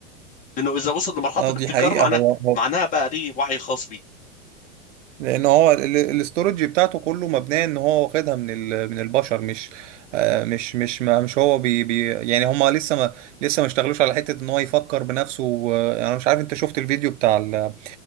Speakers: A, on the left (about 20°); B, on the right (about 85°).
A: لانه اذا وصل لمرحله
B: اه
A: الابتكار
B: دي حقيقة
A: معناه
B: هو هو
A: معناها بقى ليه وعي خاص بيه
B: لان هو ال- الاستورج بتاعته كله مبنيه ان هو واخدها من ال- من البشر مش آه، مش مش ما مش هو بي بي يعني هما لسه ما لسه ما اشتغلوش على حته ان هو يفكر بنفسه و- انا مش عارف انت شفت الفيديو بتاع ال ال